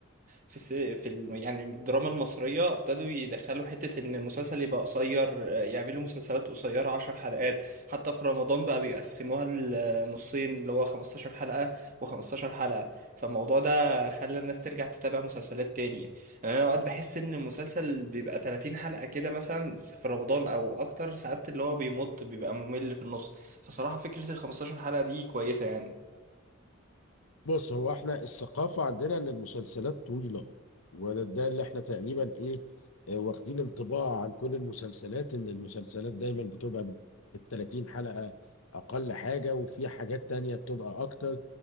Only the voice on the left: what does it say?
بص هو احنا الثقافة عندنا ان المسلسلات طويلة وده ده اللي احنا تقريبا ايه آه، واخدين انطباع عن كل المسلسلات ان المسلسلات دايما بتبقى بال 30 حلقة اقل حاجة وفي حاجات تانية بتبقى اكتر